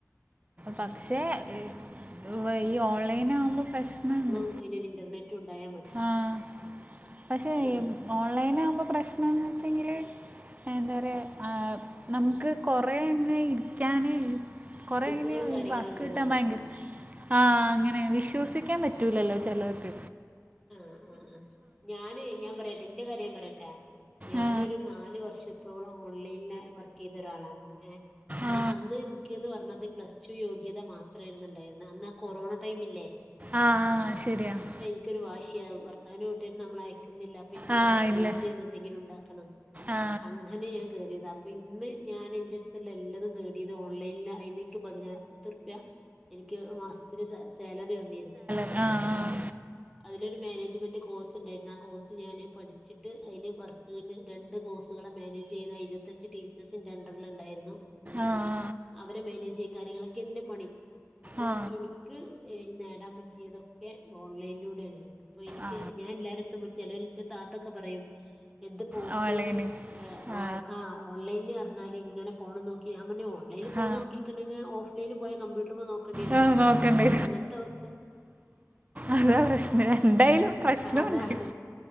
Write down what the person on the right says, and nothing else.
പക്ഷേ ഈ വയ് ഈ ഓൺലൈൻ ആവുമ്പോ പ്രശ്നണ്ട്
ആഹ് പക്ഷേ
ഓൺലൈൻ ആകുമ്പോ പ്രശ്നന്ന് വെച്ചെങ്കില് എന്താ പറയ ആഹ് നമുക്ക് കൊറേ ഇങ്ങ് ഇരിക്കാനേയ് കൊറെ
ഇങ്ങനെ
ഈ വർക്ക്
കിട്ടാൻ ഭയങ്കര ആഹ് അങ്ങനെ വിശ്വസിക്കാൻ പറ്റൂലല്ലോ ചെലർത്
ആ
ആ
ആഹ് ആഹ് ശരിയാണ്
ആ
ഇല്ലേ
ആ
ആഹ് ആഹ്
ആഹ്
ആ ആ
ആ
ആ ഓൺലൈന്
ആ
ആ
ആ, നോക്കണ്ടേ
അതാ പ്രശ്നം.. എന്തായ്ലും പ്രശ്നോണ്ട്.